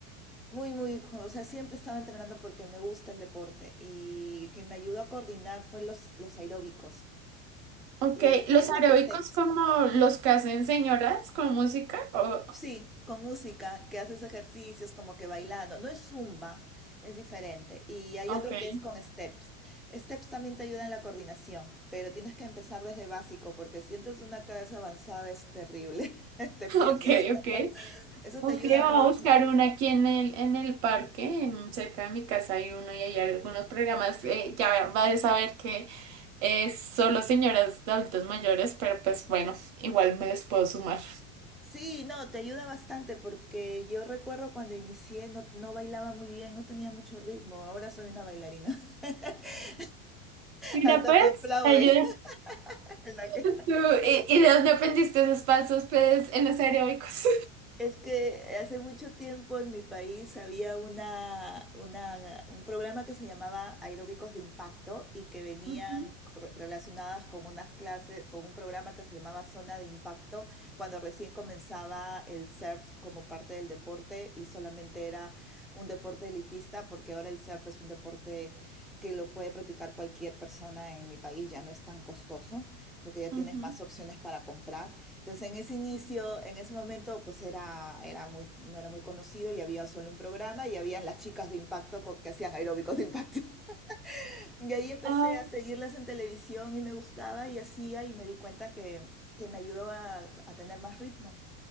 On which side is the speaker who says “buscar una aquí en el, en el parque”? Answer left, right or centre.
Right